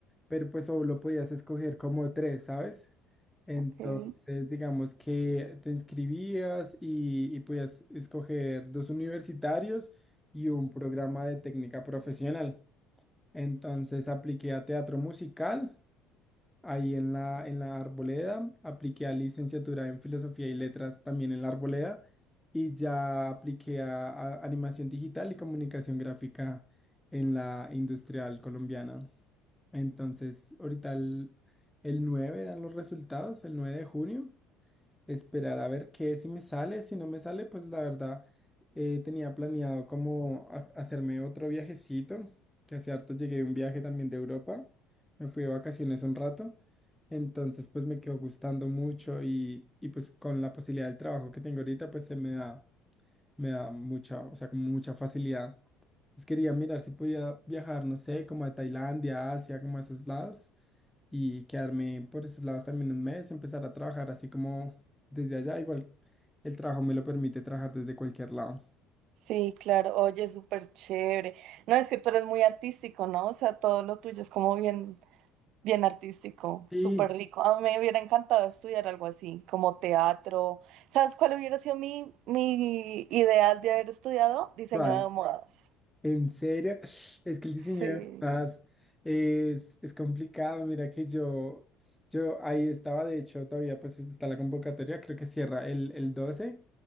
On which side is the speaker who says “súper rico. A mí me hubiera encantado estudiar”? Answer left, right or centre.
Right